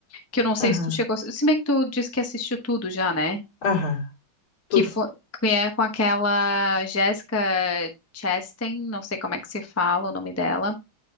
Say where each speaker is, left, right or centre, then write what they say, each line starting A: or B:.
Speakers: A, on the left; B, on the left.
A: que eu não sei
B: Aham,
A: se tu chegou, se bem que tu disse que assistiu tudo já, né?
B: aham, tudo.
A: Que foi, que é com aquela Jessica Chastain, não sei como é que se fala o nome dela.